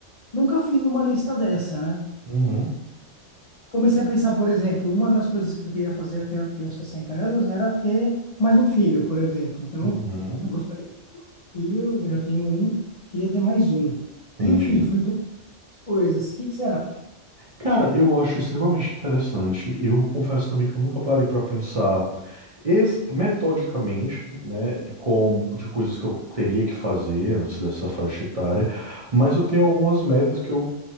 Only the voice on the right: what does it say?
Uhum.
Uhum.
Entendi.
Cara, eu acho extremamente interessante. Eu confesso também que eu nunca parei para pensar es- metodicamente, né, de como de coisas que eu teria que fazer antes dessa faixa etária, mas eu tenho algumas metas que eu